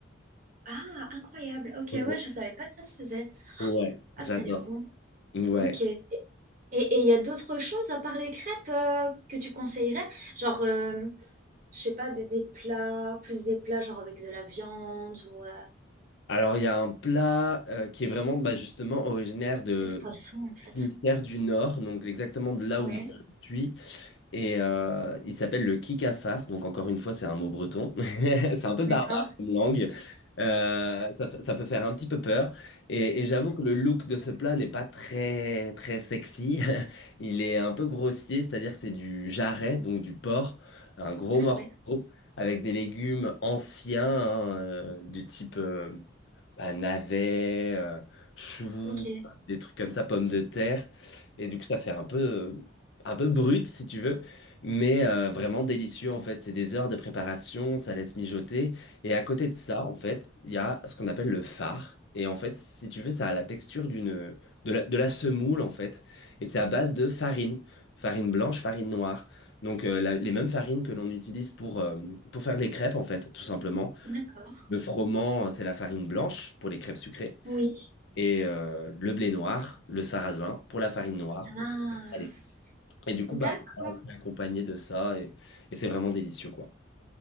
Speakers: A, on the right; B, on the left.
A: Ah, incroyable. Ok,
B: Ouais,
A: ouais, je savais pas que ça se faisait.
B: ouais,
A: Ah,
B: j'adore.
A: ça a l'air bon.
B: Ouais.
A: Ok. Et et il y a d'autres choses à part les crêpes euh, que tu conseillerais? Genre, euh, je sais pas, des, des plats, plus des plats genre avec de la viande ou euh,
B: Alors, il y a un plat euh, qui est vraiment bah, justement originaire de
A: peut-être poisson en fait.
B: Finistère du Nord, donc exactement de là
A: Ouais,
B: où moi je suis. Et euh, il s'appelle le Kikafars. Donc, encore une fois, c'est un mot breton. <laughs> C'est un peu
A: d'accord.
B: barbare comme langue. Euh, ça, ça peut faire un petit peu peur. Et, et j'avoue que le look de ce plat n'est pas très, très sexy. <laughs> Il est un peu grossier, c'est-à-dire que c'est du jarret, donc du porc, un gros
A: Ah
B: morceau,
A: ouais,
B: avec des légumes anciens, hein, euh, du type. euh, bah, navets, euh, choux,
A: ok,
B: des trucs comme ça, pommes de terre. Et du coup, ça fait un peu, euh, un peu brut, si tu veux, mais euh, vraiment délicieux, en fait. C'est des heures de préparation, ça laisse mijoter. Et à côté de ça, en fait, il y a ce qu'on appelle le fard. Et en fait, si tu veux, ça a la texture d'une, de la, de la semoule, en fait. Et c'est à base de farine, farine blanche, farine noire. Donc, euh, la- les mêmes farines que l'on utilise pour, euh, pour faire les crêpes, en fait, tout simplement.
A: d'accord.
B: Le froment, euh, c'est la farine blanche pour les crêpes sucrées.
A: Oui.
B: Et euh, le blé noir, le sarrasin pour la farine noire. pour
A: Ah.
B: le salé. Et du coup,
A: D'accord,
B: bah, c'est accompagné de ça et, et c'est vraiment délicieux, quoi.